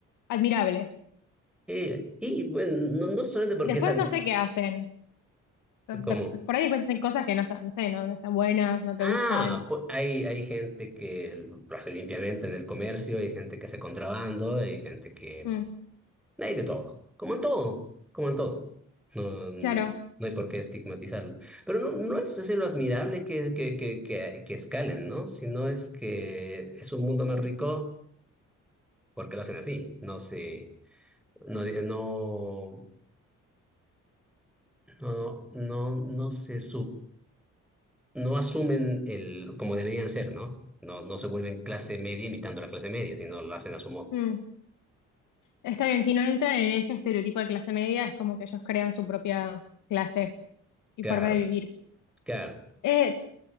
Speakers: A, on the left; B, in the centre.
A: admirable.
B: eh, y bueno, no, no solamente porque
A: Después
B: es an-
A: no sé qué hacen. Entonces,
B: como,
A: de- Por ahí después hacen cosas que no están, no sé, no, no están buenas, no te
B: ah,
A: gustan.
B: po- hay, hay gente que lo hace limpiamente en el comercio, hay gente que hace contrabando, hay gente que
A: Mm,
B: Hay de todo, como en todo, como en todo. No, mm,
A: claro.
B: no hay por qué estigmatizarlo. Pero no, no es decir lo admirable que, que, que, que, que escalen, ¿no? Sino es que es un mundo más rico porque lo hacen así. No se, no, no, no, no, no se sub, no asumen el, como deberían ser, ¿no? No, no se vuelven clase media imitando la clase media, sino lo hacen a su modo.
A: Mm. Está bien, si no entran en ese estereotipo de clase media, es como que ellos crean su propia clase y
B: Claro,
A: forma de vivir.
B: claro,
A: Eh,